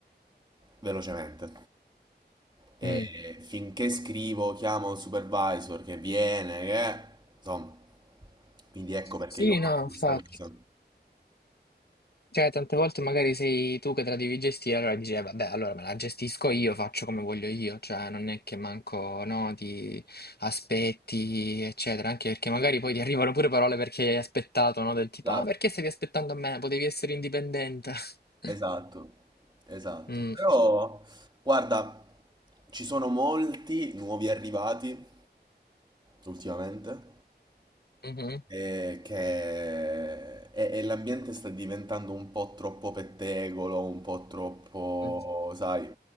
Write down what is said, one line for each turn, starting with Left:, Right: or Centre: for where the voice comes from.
Right: velocemente. E
Left: mm".
Right: finché scrivo, chiamo il supervisor che viene, che... Insomma, quindi ecco perché
Left: Sì,
Right: io ho fatto
Left: no, infatti.
Right: questa cosa.
Left: Cioè, tante volte magari sei tu che te la devi gestire, allora dici, "Eh, vabbè, allora me la gestisco io, faccio come voglio io, cioè non è che manco, no, ti aspetti, eccetera, anche perché magari poi ti arrivano pure parole perché hai aspettato, no, del tipo,
Right: Esatto,
Left: ah, perché stavi aspettando a me? Potevi essere indipendente.
Right: esatto,
Left: <laughs>
Right: esatto.
Left: Mm.
Right: Però, guarda, ci sono molti nuovi arrivati ultimamente
Left: Mhm.
Right: eh, che... E, e l'ambiente sta diventando un po' troppo pettegolo, un po' troppo,
Left: Mm.
Right: sai,